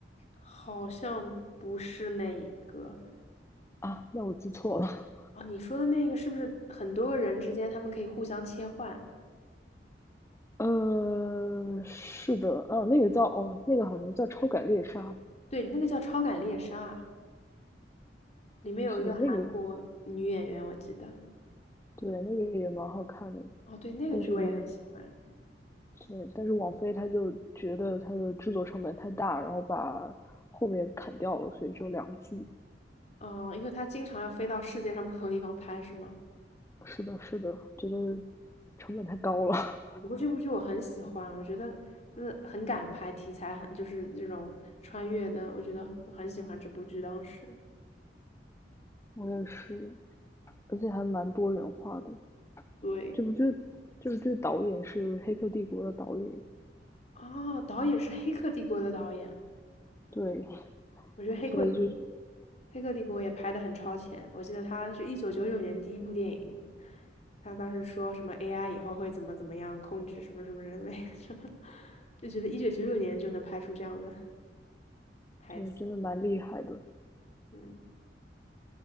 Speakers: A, on the left; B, on the left.
A: 好像不是那一个
B: 啊，那我记错了。
A: 哦，你说的那个是不是很多个人之间他们可以互相切换？
B: 呃，是的，哦，那个叫哦，那个好像叫《超感猎杀》，
A: 对，那个叫《超感猎杀》，里面有一个韩国女演员，
B: 是的，那个
A: 我记得。
B: 对，那个也蛮好看的，
A: 哦，对，那个剧我也很喜欢。
B: 但是对，但是网飞他就觉得它的制作成本太大，然后把后面砍掉了，所以只有两季。
A: 哦，因为她经常要飞到世界上不同地方拍，是吗？
B: 是的，是的，觉得成本太高了，
A: 不过这部剧我很喜欢，我觉得它的很敢拍，题材很就是这种穿越的，我觉得我很喜欢这部剧。当时
B: <laughs> 我也是，而且还蛮多元化的。
A: 对，
B: 这部剧，这部剧导演是《黑客帝国》的导演，
A: 哦，导演是《黑客帝国》的导演，
B: 对，
A: 我觉得黑客
B: 所以就
A: 《黑客帝国》也拍的很超前。我记得他是一九九九年第一部电影，他当时说什么 AI 以后会怎么怎么样控制什么什么人类 <laughs> 什么，就觉得一九九九年就能拍出这样的台词，
B: 对，真的蛮厉害的。
A: 嗯